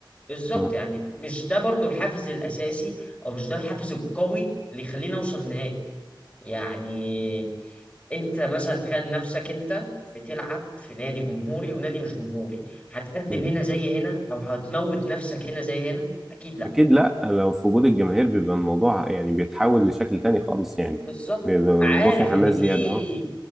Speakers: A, on the left; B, in the centre.
A: بالظبط
B: مم.
A: يعني مش ده برضو الحافز الاساسي او مش ده الحافز القوي اللي يخلينا نوصل نهائي يعني انت مثلا تخيل نفسك انت بتلعب في نادي جمهوري ونادي مش جمهوري هتقدم
B: مم.
A: هنا زي هنا او هتموت نفسك هنا زي هنا اكيد لا.
B: اكيد لا لو في وجود الجماهير بيبقى الموضوع يعني بيتحول لشكل تاني خالص يعني
A: بالظبط
B: بيبقى الموضوع
A: عارف
B: فيه حماس
A: ان في
B: زياده اه